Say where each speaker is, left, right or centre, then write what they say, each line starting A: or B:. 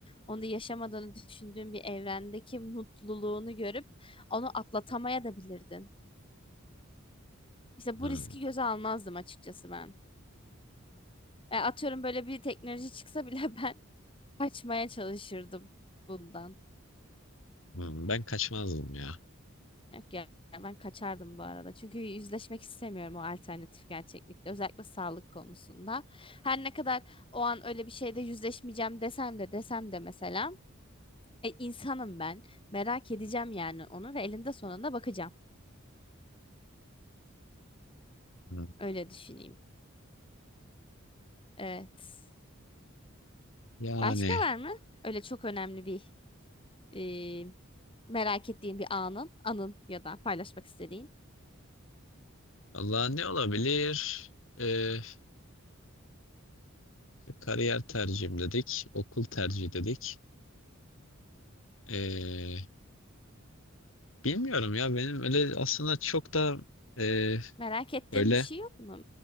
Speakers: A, on the left; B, on the left.
A: Onu da yaşamadığını düşündüğün bir evrendeki mutluluğunu görüp onu atlatamaya da bilirdin. İşte
B: Hmm.
A: bu riski göze almazdım açıkçası ben. E, atıyorum böyle bir teknoloji çıksa bile <laughs> ben kaçmaya çalışırdım bundan.
B: Hmm, ben kaçmazdım ya.
A: Yok ya ben kaçardım bu arada. Çünkü yüzleşmek istemiyorum o alternatif gerçeklikle. Özellikle sağlık konusunda. Her ne kadar o an öyle bir şeyde yüzleşmeyeceğim desem de desem de mesela. E, insanım ben. Merak edeceğim yani onu ve elinde sonunda bakacağım.
B: Hmm.
A: Öyle düşüneyim. Evet.
B: Yani
A: Başka var mı? Öyle çok önemli bir e, merak ettiğin bir anın, anın ya da paylaşmak istediğin.
B: Allah ne olabilir? Ee, kariyer tercihim dedik. Okul tercihi dedik. Ee, bilmiyorum ya benim öyle aslında çok da e,
A: Merak ettiğin
B: böyle
A: bir şey yok mu?